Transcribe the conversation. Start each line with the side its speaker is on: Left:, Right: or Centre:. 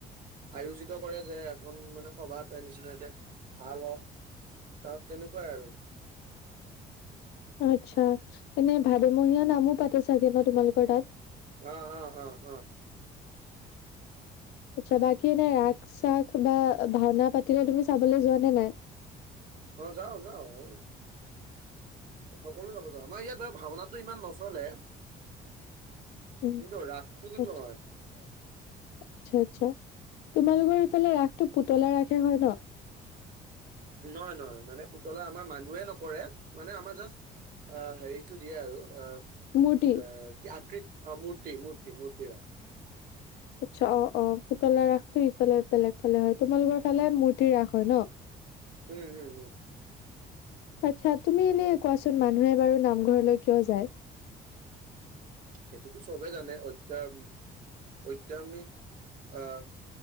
Right: আয়োজিত কৰে যে এখন মানে সভাত নিচিনাকে ভাল হওঁক তাত তেনেকুৱাই আৰু
Left: আচ্ছা এনে ভাদ মহীয়া নামো পাতে চাগে ন তোমালোকৰ তাত
Right: অ অ অ অ
Left: আচ্ছা বাকী এনে ৰাস চাস বা ভাওনা পাতিলে তুমি চাবলে যোৱা নে নাই
Right: অ' যাওঁ যাওঁ, এ সকলোৱে চাব যাওঁ। আমাৰ ইয়াত বাৰু ভাওঁনাটো ইমান নচলে।
Left: উম <unintelligible>
Right: কিন্তু ৰাসটো কিন্তু
Left: আচ্ছা
Right: হয়।
Left: আচ্ছা। তোমালোকৰ এইফালে ৰাসটো পুতলা ৰাসে হয় ন'?
Right: নহয় নহয়, মানে পুতলা আমাৰ মানুহে নকৰে মানে আমাৰ জাছ আ, হেৰিটো দিয়ে আৰু আ
Left: <unintelligible>
Right: এ, কি আকৃত, অ' মূৰ্তি, মূৰ্তি, মূৰ্তি, অ'।
Left: আচ্ছা অ', অ' পুতলা ৰাসটো ইফালে বেলেগ ফালে হয়, তোমালোকৰ ফালে মূৰ্তি ৰাস হয় ন'?
Right: উ, উ, উ।
Left: আচ্ছা, তুমি এনে কোৱাচোন মানুহে বাৰু নামঘৰলৈ কিয় যায়?
Right: সেইটোতো চবেই জানে, অধ্যায়ন, অধ্যায়ামিক আ